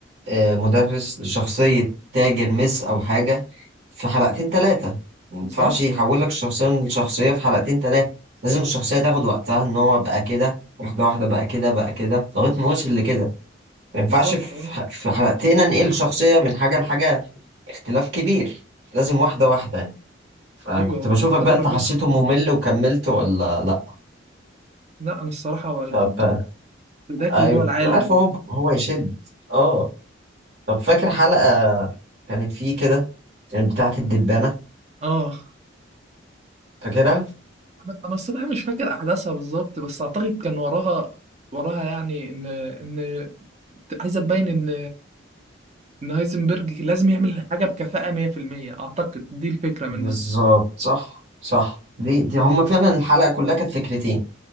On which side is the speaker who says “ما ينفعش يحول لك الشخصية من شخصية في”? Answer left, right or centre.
Right